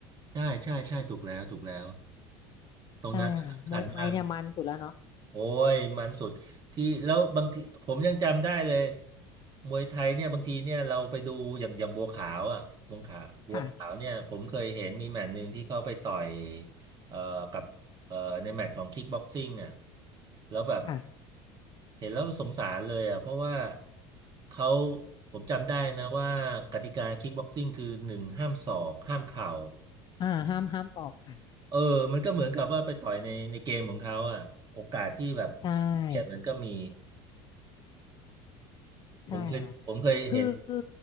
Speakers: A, on the right; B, on the left.
A: ใช่ใช่ใช่ถูกแล้วถูกแล้วตรงนั้นสำคัญมาก
B: ใช่ค่ะมวยไทยเนี่ยมันสุดแล้วเนาะ
A: โอ้ยมันสุดที่แล้วบางทีผมยังจำได้เลยมวยไทยเนี่ยบางทีเนี่ยเราไปดูอย่างอย่างบัวขาวอ่ะบัวขาวบัวขาวเนี่ยผมเคยเห็นมีแมตช์หนึ่งที่เขาไปต่อย
B: ค่ะ
A: เอ่อกับเอ่อในแมตช์ของคิกบ็อกซิ่งอ่ะแล้วแบบ
B: ค่ะ
A: เห็นแล้วสงสารเลยอ่ะเพราะว่าเขาผมจำได้นะว่ากติกาคิกบ็อกซิ่งคือหนึ่งห้ามศอกห้ามเข่า
B: อ่าห้ามห้ามสอบค่ะ
A: เออมันก็เหมือนกับว่าไปต่อยในในเกมของเขาอ่ะโอกาสที่แบบ
B: ใช่
A: เกียรติมันก็มี
B: ใช่ค่ะ
A: ผมเคยผมเคยเห็น
B: คือคือ